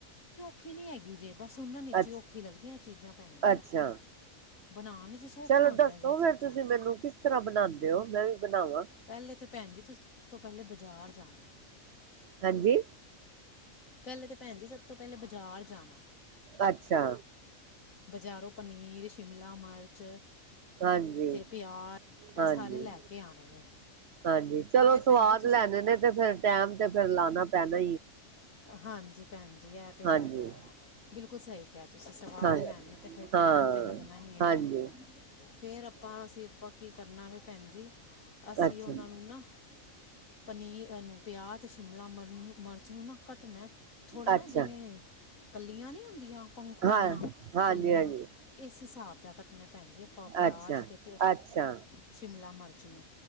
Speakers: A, on the left (about 75°); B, on the right (about 60°).
A: ਉਖੀ ਨਹੀਂ ਹੈਗੀ ਜੇ। ਬਸ ਸੁਣਨ ਵਿੱਚ
B: ਅੱਛ,
A: ਹੀ ਔਖੀ ਲੱਗਦੀਆਂ ਚੀਜ਼ਾਂ ਭੈਣ ਜੀ
B: ਅੱਛਾ,
A: ਬਣਾਉਣ ਵਿੱਚ ਸੌਖੀਆਂ
B: ਚਲੋ
A: ਹੁੰਦੀਆਂ
B: ਦੱਸੋ
A: ਜੇ ਇਹ ਚੀਜ਼ਾਂ
B: ਫੇਰ ਤੁਸੀਂ ਮੈਨੂੰ ਕਿਸ ਤਰ੍ਹਾਂ ਬਣਾਉਦੇ ਹੋ, ਮੈਂ ਵੀ ਬਣਾਵਾਂ।
A: ਪਹਿਲੇ ਤੇ ਭੈਣ ਜੀ ਤੁਸੀਂ ਸਭ ਤੋਂ ਪਹਿਲੇ ਬਾਜ਼ਾਰ ਜਾਣਾ।
B: ਹਾਂਜੀ।
A: ਪਹਿਲੇ ਤਾਂ ਭੈਣ ਜੀ ਸਭ ਤੋਂ ਪਹਿਲੇ, ਬਜ਼ਾਰ ਜਾਣਾ।
B: ਅੱਛਾ।
A: ਬਜ਼ਾਰੋਂ ਪਨੀਰ ਸ਼ਿਮਲਾ ਮਿਰਚ
B: ਹਾਂਜੀ
A: ਤੇ ਪਿਆਜ
B: ਹਾਂਜੀ
A: ਇਹ ਸਾਰੇ ਲੈ ਕੇ ਆਣੇ ਨੇ।
B: ਹਾਂਜੀ, ਚਲੋ
A: ਫਿਰ
B: ਸਵਾਦ
A: ਭੈਣ ਜੀ ਤੁਸੀਂ
B: ਲੈਣੇ ਨੇ ਤੇ ਫਿਰ ਟੈਮ ਤੇ ਫੇਰ ਲਾਣਾ ਪੇਣਾ
A: ਹਾਂਜੀ ਭੈਣ ਜੀ ਇਹ ਤਾਂ
B: ਹਾਂਜੀ
A: ਹੈ, ਬਿਲਕੁਲ ਸਹੀ ਕਿਹਾ ਤੁਸੀਂ ਸਵਾਦ
B: ਹਾਂ
A: ਲੈਣੇ ਤੇ ਫਿਰ
B: ਹਾਂ
A: ਟਾਈਮ ਤਾਂ ਲੱਗਣਾ ਹੀ ਹੈ
B: ਹਾਂਜੀ
A: ਭੈਣ ਜੀ ਫੇਰ ਆਪਾਂ ਅਸੀਂ ਪੱਕੀ ਕਰਨਾ ਵ ਭੈਣ ਜੀ, ਅਸੀਂ
B: ਅੱਛਾ
A: ਉਹਨਾਂ ਨੂੰ ਨਾ ਪਨੀਰ ਨੂੰ ਪਿਆਜ ਅਤੇ ਸ਼ਿਮਲਾ ਮਰਚ ਨੂੰ ਨਾ ਕੱਟਣਾ, ਥੋੜ੍ਹਾ ਨਾ
B: ਅੱਛਾ
A: ਜਿਵੇਂ ਕੱਲੀਆਂ ਨਹੀਂ ਹੁੰਦੀਆਂ ਪੰਖੜੀਆਂ
B: ਹਾਂ ਹਾਂਜੀ
A: ਕੱਲੀਆਂ
B: ਹਾਂਜੀ
A: ਇਸ ਹਿਸਾਬ ਦਾ ਕੱਟਣਾ ਭੈਣ ਜੀ ਆਪਾਂ, ਪਿਆਜ਼
B: ਅੱਛਾ
A: ਅਤੇ
B: ਅੱਛਾ
A: ਸ਼ਿਮਲਾ ਮਿਰਚ ਨੂੰ